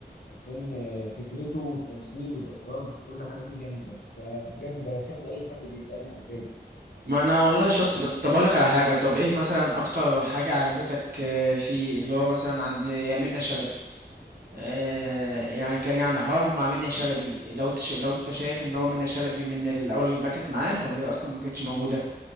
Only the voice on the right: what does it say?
ما انا والله شفت بت- طب اقول لك على حاجة طب ايه مثلا اكتر حاجة عجبتك آه، فيه اللي هو مثلا عند يا منة شلبي آه، يعني كان يعني حوارها مع منة شلبي لو انت ش... لو انت شايف ان هو منة شلبي من الاول اللي باكت معاه ولا هي اصلا ما كانتش موجوده